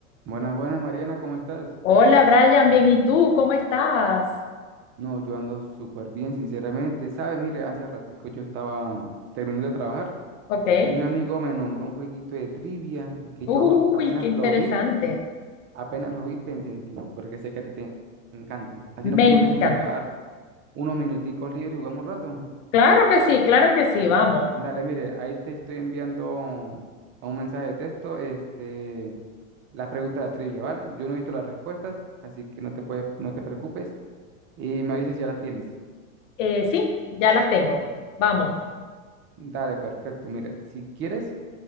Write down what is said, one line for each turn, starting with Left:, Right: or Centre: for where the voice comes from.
Right: Buenas, buenas, Mariana, ¿cómo estás?
Left: Hola Brian, bien, ¿y tú? ¿Cómo estás?
Right: No, yo ando súper bien, sinceramente. ¿Sabes? Mire, hace ratico yo estaba mm, terminando de trabajar
Left: Ok.
Right: y un amigo me nombró un jueguito de trivia que
Left: Uy,
Right: yo apenas
Left: qué interesante.
Right: lo vi, apenas lo vi, pensé en ti, porque sé que a ti te encantan. Así
Left: Me
Right: no que no
Left: encanta.
Right: sé si tendrás unos minuticos libres y jugamos un rato.
Left: Claro que sí, claro que sí, vamos.
Right: Dale, mire, ahí te estoy enviando a un mensaje de texto, este, las preguntas de trivia, ¿vale? Yo no he visto las respuestas, así que no te puedes, no te preocupes y me avisas si ya las tienes.
Left: Eh, sí, ya las tengo. Vamos.
Right: Dale, perfecto. Mira, si quieres,